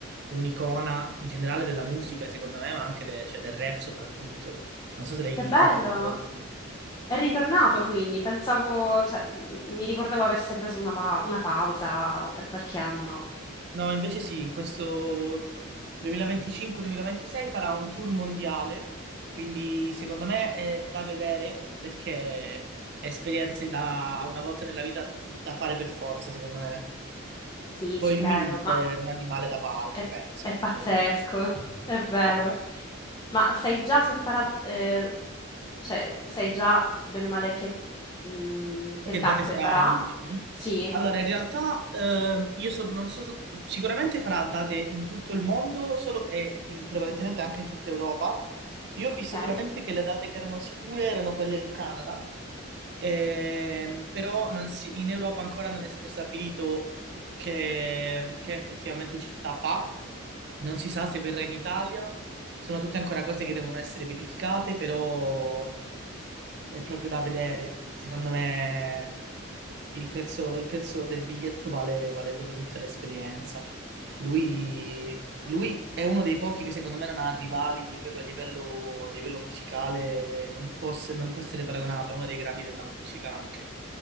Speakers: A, on the right; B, on the left.
A: un'icona in generale della musica, secondo me, ma anche de- cioè del rap soprattutto. Non so se, lei,
B: Che bello!
A: se lo ascolti.
B: È ritornato quindi, pensavo, cioè, m- mi ricordavo avesse preso una, pa- una pausa per qualche anno.
A: No, invece sì, in questo 2025-2026 farà un tour mondiale, quindi secondo me è da vedere perché è esperienze da una volta nella vita da fare per forza, secondo me.
B: Sì,
A: Poi
B: ci credo,
A: lui
B: ma
A: è un animale da palco,
B: È,
A: penso.
B: è pazzesco,
A: Cioè, lui-
B: <laughs> è vero.
A: cioè,
B: Ma sai già se farà, eh, cioè, sai già bene o male che, mm, che
A: Che
B: tappe
A: date farà,
B: farà?
A: dici?
B: Sì,
A: Allora, in realtà ehm, io sono, non so, sicuramente farà date in tutto il mondo, solo e in- prevalentemente anche in tutta Europa. Io ho
B: ok,
A: visto solamente che le date che erano sicure erano quelle in Canada, ehm, però non si- in Europa ancora non è stato stabilito che, che effettivamente città fa. Non si sa se verrà in Italia, sono tutte ancora cose che devono essere verificate, però è proprio da vedere. Secondo me il prezzo, il prezzo del biglietto vale, vale proprio tutta l'esperienza. Lui, lui è uno dei pochi che secondo me non ha rivali proprio a livello, a livello musicale, non può, ess- non può essere paragonato, è uno dei grandi della musica anche.